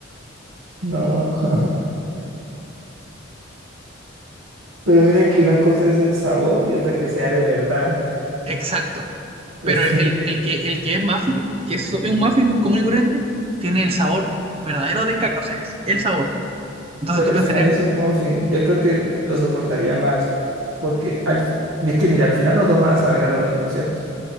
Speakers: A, on the right; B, on the right.
A: No, <laughs> pero mira que una cosa es el sabor y otra que sea de verdad.
B: Exacto.
A: <laughs> así
B: Pero el, el- el que, el que es muffin, que es, es un muffin común y corriente, tiene el sabor verdadero de caca, o sea, es el sabor. Entonces
A: Pero
B: tú
A: al
B: pensarías
A: final es
B: que
A: un muffin. Yo creo que lo soportaría más. Porque al fin, es que mira, al final los dos van a saber a lo mismo, ¿cierto?